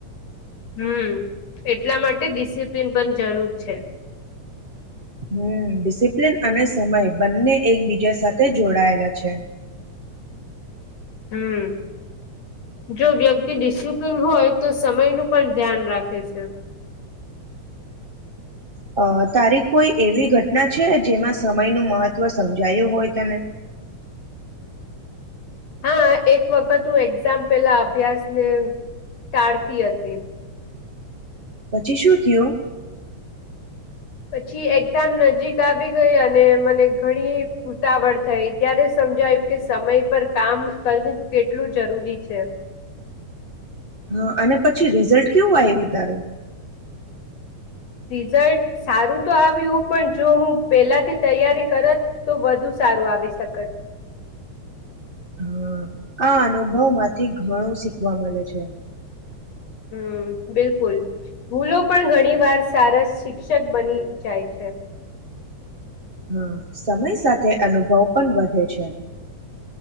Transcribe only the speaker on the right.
હમ ડિસિપ્લિન અને સમય બંને એકબીજા સાથે જોડાયેલા છે.
હ અ તારી કોઈ એવી ઘટના છે જેમાં સમયનું મહત્વ સમજાયું હોય તને
પછી શું થયું?
હા અને પછી રિઝલ્ટ કેવું આવ્યું તારું
હા આ અનુભવ માંથી ઘણું શીખવા મળે છે.
હા સમય સાથે અનુભવ પણ વધે છે.